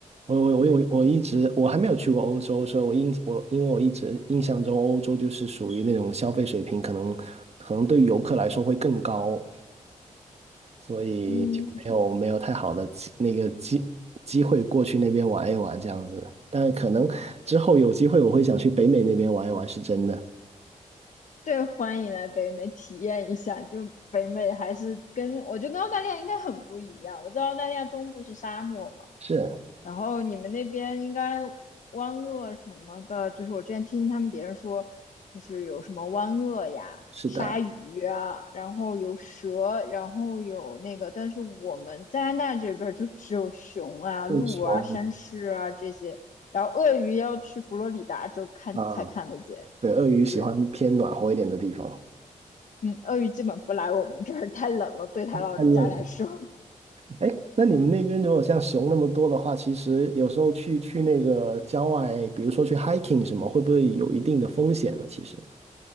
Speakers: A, on the right; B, on the left.
A: 我我我我我一直我还没有去过欧洲，
B: 对，
A: 所以我印我因为我一直印象中欧洲就是属于那种消费水平可能可能对于游客来说会更高，所以就没有没有太好的机那个机机会过去那边玩一玩这样子。
B: 嗯，
A: 但可能之后有机会我会想去北美那边玩一玩，是真的。
B: 对，欢迎来北美体验一下。就北美还是跟我觉得跟澳大利亚应该很不一样。我知道澳大利亚中部是沙漠嘛，
A: 是
B: 然后你们那边应该湾鳄什么的，就是我之前听他们别人说，就是有什么湾鳄呀、
A: 是的，
B: 鲨鱼啊，然后有蛇，然后有那个，但是我们加拿大这边儿就只有熊啊、
A: 不穷
B: 鹿啊、山狮啊这些，然后鳄鱼要去佛罗里达州看才看得见。
A: 啊，对，鳄鱼喜欢偏暖和一点的地方，
B: 对，嗯，鳄鱼基本不来我们这儿，太冷了，对他老人家来说。
A: 太冷哎，那你们那边如果像熊那么多的话，其实有时候去去那个郊外，比如说去 hiking 什么，会不会有一定的风险呢？其实，